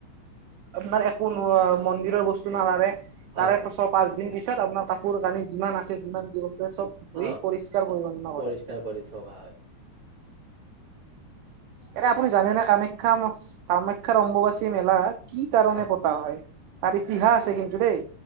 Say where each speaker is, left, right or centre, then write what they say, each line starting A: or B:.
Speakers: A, on the right (about 85°); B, on the right (about 40°).
A: আপোনাৰ একো ন মন্দিৰৰ বস্তু নালাৰে
B: হয়।
A: তাৰে ছয়, পাঁচদিন পিছত আপোনাৰ কাপোৰ কানি যিমান আছে যিমান যি বস্তু আছে চ'ব ধুই
B: অ',
A: পৰিষ্কাৰ পৰিচ্ছন্ন কৰে
B: পৰিষ্কাৰ কৰি থোৱা হয়।
A: এনে আপুনি জানে
B: আচ্ছা
A: নে, কামাখ্যা কামাখ্যাৰ অম্বুবাচী মেলা কি কাৰণে
B: অ
A: পতা হয়? তাৰ ইতিহাস আছে কিন্তু দেই।